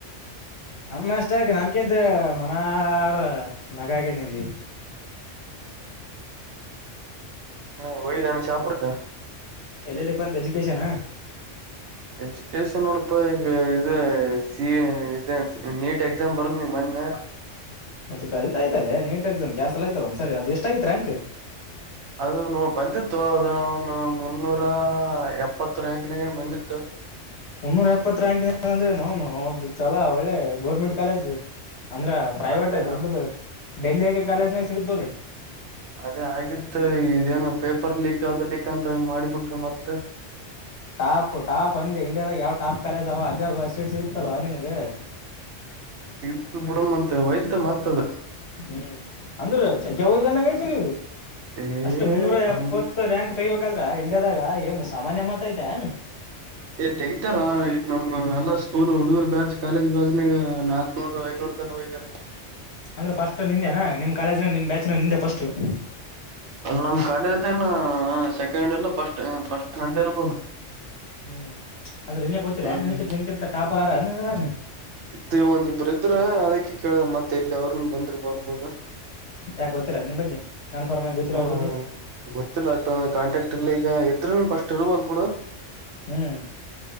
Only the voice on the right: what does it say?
ಇಲ್ಲಲ್ಲ ಹ ಒಯ್್ದಾನು ಸಾಪಡ್ಬೇಕ
ಎಜುಕೇಶನ್ ನೋಡಪಾ ಈಗ E C E NEET exam ಬರಂದ್ ನೀ ಮೊನ್ನೆ ಹ
ಅದು ನ ಬಂದಿತ್ತು ಅದ ನೂರ ಎಪ್ಪತ್ತರಿನ ಬಂದಿತ್ತು
ಅದೇ
ಅದೇ ಆಗಿತ್ತು ಇದೇನ ಪೇಪರ್ ಲೀಕ್ ಆದ ಲೀಕ್ ಅಂತ ಮಾಡಿಬಿಟ್ರಿ ಮತ್ತ
ಶೀತ ಬಿುಡ ಮತ್ತ ವೈ್ತ ಮತ್ತದ
ಏ
ಕಣ್
ಏ್ ತೆಗತಾರ ನಮ್ ಎಲ್ಲ ಸ್ಕೂಲ್ ಹುಡುಗರ್ ಬ್ಯಾಚ್್ ಕಾಲೇಜ್ ಬ್ಯಾಚ್ನಾಗ ನಾಕ್ನೂರ್ ಐನೂರು ವಗರ
ಅಲ್ಲಿ ನಮ್ ಕಾಲೇಜ್ದನು ಸೆಕೆಂಡ್ ಇಲ್ಲ ಸ್ಟ್ ಫಸ್ಟ್ ಅಂದ ಇರ್ಬೋದು <inaudible>
ಹ್ಮ್
ಇದ್ರ ಒಂದಿಬ್ರು ಇದ್ರ ಅದಕ್ಕೆ ಕೇಳಿದೆ ಮತ್ತೆ ಇಲ್ಲಿ ಅವ್ರನ್ ಬಂದ್ರರು ಬರ್ಬೋದು
ಇನ್ನು
ಗೊತ್ತಿಲ್ಲ ಅಟೊಂದ ಕಾಂಟ್ರಾಕ್ಟ್ ಇರ್ಲಿಗ ಎತ್ರನ್ ಪಸ್ಟ್ರು ಹೋಗ್ಬಿಡು